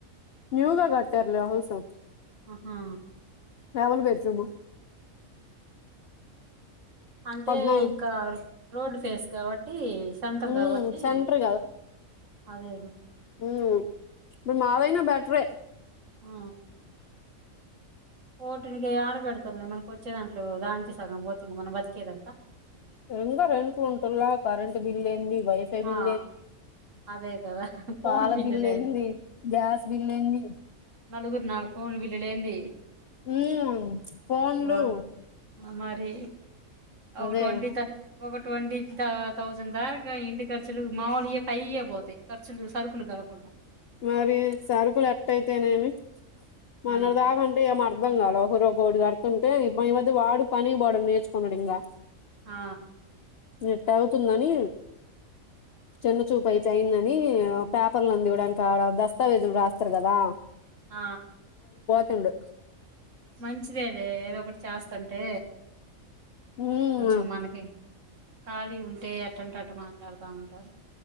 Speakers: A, on the left; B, on the right.
A: న్యూగా కట్టారు హు సు
B: ఉహు
A: డబల్ బెడ్ రూమ్
B: అంటే
A: పద్నాలుగు
B: ఇంకా రోడ్ ఫేస్ కాబట్టి సెంటర్
A: ఉమ్
B: కాబట్టి
A: సెంటర్
B: అదేదె
A: ఉ మీ మావైనా బెట్రే
B: ఆ పోటినికె యాడ పెడతాం లే మనం వచ్చే దాంట్లో దానికి సగం పోతే ఇంక మనం బతికేదంతా
A: ఇంకా రెంట్లు ఉంటుల్లా కరెంట్ బిల్లు ఏంది వైఫై
B: ఆ
A: బిల్ ఏంది
B: అదే కదా ఫోన్
A: పాల
B: బిల్లులే
A: బిల్లేంది గ్యాస్ బిల్లేంది
B: నలుగురి నాలుగు ఫోన్లు బిల్లు లేంది
A: ఉమ్ ఫోన్లు
B: వా మరి ఒక
A: అదే
B: ట్వంటి త ఒక ట్వంటీ తౌసండ్ దార్ ఇం ఖర్చులు మాముూ లె పైయ పోతాయి ఖర్చులు సరుకులు కాకుండా
A: మరి సరుకులు ఎట్ అయితేనేమి
B: ఆ
A: మన్నట్ దాక అంటే మర్ అర్థం కాాల ఒకరు ఒకరు కడుతుంటే ఇ ఈ మధ్య వాడు పని పోవడం నేర్చుకున్నాడు ఇంకా
B: ఆ
A: నట్ట అవుతుందని చిన్న చూపు అయి అైంద అని పేపర్లు అని ఇవ్వడానికి దస్తావేజులు రాస్తారు కదా
B: ఆ
A: తిండు
B: మంచిదే లే ఏదో ఒకటి చేస్తుంటే
A: ఉమ్
B: కొంచెం మనకి ఖాళీ ఉంటే ఎట్టంటట్టు మాట్లాడుతా ఉంటారు